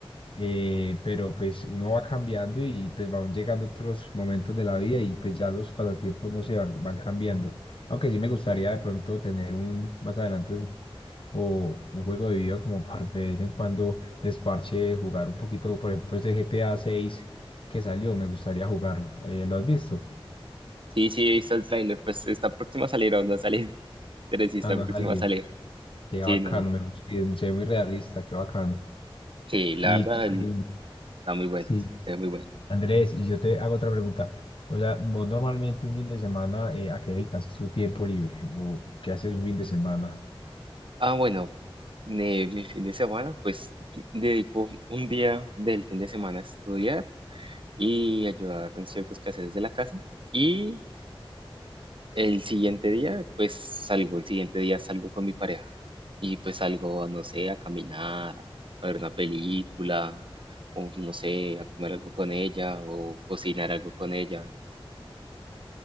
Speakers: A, on the left; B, on the right.
A: eh, pero pues uno va cambiando y pues van llegando otros momentos de la vida y pues ya los pasatiempos no se van, van cambiando. Aunque sí me gustaría de pronto tener un más adelante un, o un juego de video como para de vez en cuando desparche, jugar un poquito, por ejemplo, ese GTA 6 que salió, me gustaría jugarlo. Eh, ¿lo has visto?
B: Sí, sí, he visto el tráiler, pues está próximo a salir o no ha salido, <laughs> pero sí está
A: Ah, no
B: próximo
A: ha salido.
B: a salir.
A: Qué
B: Sí,
A: bacano,
B: no.
A: me gusta, y se ve muy realista, qué bacano.
B: Sí, la
A: Y
B: verdad, el-
A: eh,
B: está muy bueno,
A: sí,
B: está muy bueno.
A: Andrés, y yo te hago otra pregunta. O sea, vos normalmente un fin de semana, eh, ¿a qué dedicas tu tiempo libre? ¿O qué haces un fin de semana?
B: Ah, bueno, de mi fin de semana, pues dedico un día del fin de semana a estudiar y ayudar en ciertos quehaceres de la casa. Y El siguiente día, pues salgo, el siguiente día salgo con mi pareja y pues salgo, no sé, a caminar, a ver una película, o no sé, a comer algo con ella o cocinar algo con ella.